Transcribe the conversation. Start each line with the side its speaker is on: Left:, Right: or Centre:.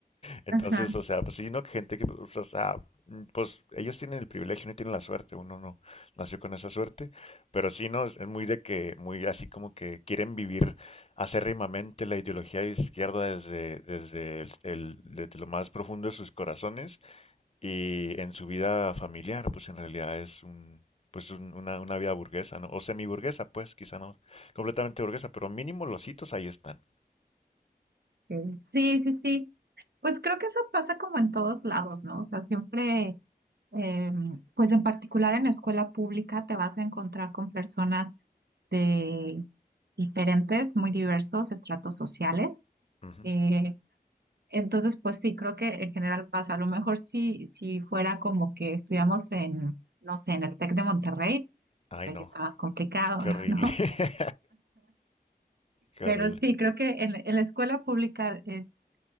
Left: Entonces,
Right: Ajá.
Left: o sea, pues sí, ¿no? Gente que, pues, o sea, mm, pues ellos tienen el privilegio, no tienen la suerte, uno no nació con esa suerte, pero sí, ¿no? Es es muy de que, muy así como que quieren vivir acérrimamente la ideología de izquierda desde, desde, el- el- desde lo más profundo de sus corazones y en su vida familiar, pues en realidad es un, pues un- una, una vida burguesa, ¿no? O semiburguesa, pues, quizá no completamente burguesa, pero mínimo los hitos ahí están.
Right: Ok. Sí, sí, sí. Pues creo que eso pasa como en todos lados, ¿no? O sea, siempre, eh, pues en particular en la escuela pública te vas a encontrar con personas de diferentes, muy diversos estratos sociales.
Left: Ujú.
Right: Eh, entonces, pues sí, creo que en general pasa. A lo mejor si, si fuera como que estudiamos en, no sé, en el TEC de Monterrey,
Left: Ay,
Right: pues ahí
Left: no,
Right: sí está más complicado,
Left: qué, qué horrible.
Right: <laughs> ¿no?
Left: <laughs> Qué
Right: Pero
Left: horrible.
Right: sí, creo que en, la en la escuela pública es,